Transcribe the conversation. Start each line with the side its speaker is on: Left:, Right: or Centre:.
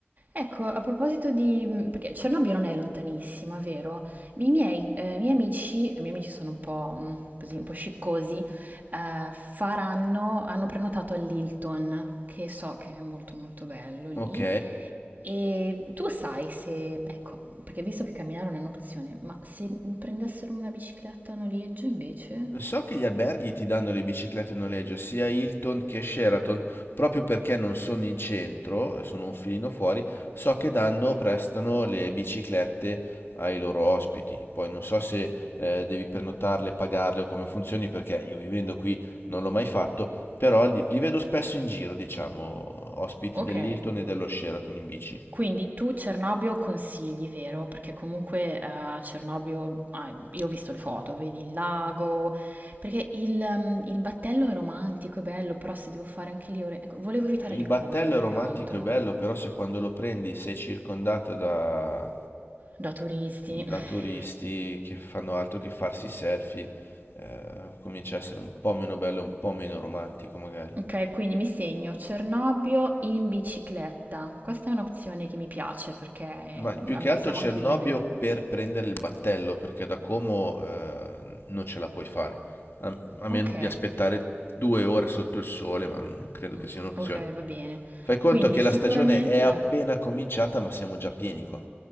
Right: Ecco, a proposito di... mm, perché Cernobbio non è lontanissima, vero? I miei, eh, i miei amici, i miei amici sono un po' mm, così, un po' sciccosi, eh, faranno, hanno prenotato all'Hilton, che so che è molto molto bello lì,
Left: Ok?
Right: e tu sai se, ecco, perché visto che camminare non è un'opzione, ma se prendessero una bicicletta a noleggio invece?
Left: So che gli alberghi ti danno le biciclette a noleggio, sia Hilton che Sheraton, proprio perché non sono in centro, e sono un filino fuori, so che danno, prestano le biciclette ai loro ospiti. Poi non so se eh, devi prenotarle, pagarle o come funzioni, perché io vivendo qui non l'ho mai fatto, però li, li vedo spesso in giro, diciamo, ospiti
Right: Ok.
Left: dell'Hilton e dello Sheraton in bici.
Right: Quindi tu Cernobbio consigli, vero? Perché comunque eh, Cernobbio, ah, io ho visto le foto, vedi il lago, perché il, ehm, il battello è romantico, è bello, però se devo fare anche lì ore... ecco, volevo evitare
Left: Il
Right: le
Left: battello
Right: code più
Left: è romantico
Right: che altro,
Left: e bello, però se quando lo prendi sei circondato da
Right: da turisti.
Left: da
Right: <laughs>
Left: turisti che fanno altro che farsi selfie, eh, comincia a essere un po' meno bello, un po' meno romantico magari.
Right: Ok, quindi mi segno Cernobbio in bicicletta. Questa è un'opzione che mi piace perché eh,
Left: Ma più
Right: am-
Left: che altro
Right: siamo
Left: Cernobbio
Right: anche liberi.
Left: per prendere il battello, perché da Como eh, non ce la puoi fare. A, a
Right: Ok,
Left: meno di aspettare due ore sotto il sole, ma non credo che
Right: mm,
Left: sia un'opzione.
Right: ok, va bene.
Left: Fai conto
Right: Quindi
Left: che
Right: sicuramente...
Left: la stagione è appena
Right: eh.
Left: cominciata, ma siamo già pieni qua.